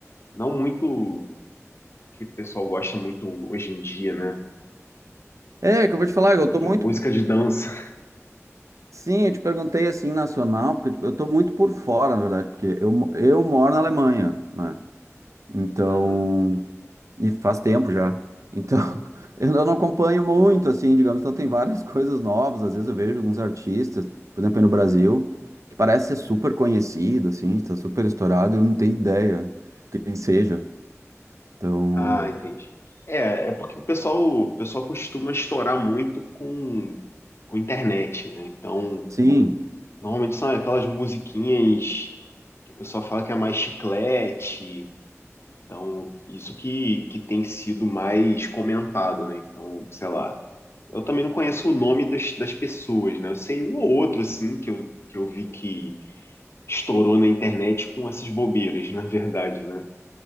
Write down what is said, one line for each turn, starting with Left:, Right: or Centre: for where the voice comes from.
Left: não muito o que o pessoal gosta muito hoje em dia, né?
Right: É, que eu vou te falar, eu tô
Left: Que
Right: muito.
Left: é música de dança.
Right: Sim, eu te perguntei assim nacional, porque tipo, eu tô muito por fora, na verdade, porque eu, mo- eu moro na Alemanha, né? Então,
Left: Aham.
Right: e faz tempo já. Então, <laughs> eu não acompanho muito, assim, digamos, então tem várias <laughs> coisas novas. Às vezes eu vejo alguns artistas, por exemplo, aí no Brasil, que parece ser super conhecido, assim, está super estourado, e eu não tenho ideia quem seja. Então,
Left: Ah, entendi. É, é porque o pessoal, o pessoal costuma estourar muito com, com internet, né? Então,
Right: sim,
Left: normalmente são aquelas musiquinhas que o pessoal fala que é mais chiclete, Então, isso que, que tem sido mais comentado, né? Então, sei lá. Eu também não conheço o nome das, das pessoas, né? Eu sei um ou outro, assim, que eu, que eu vi que estourou na internet com essas bobeiras, <laughs> na verdade, né?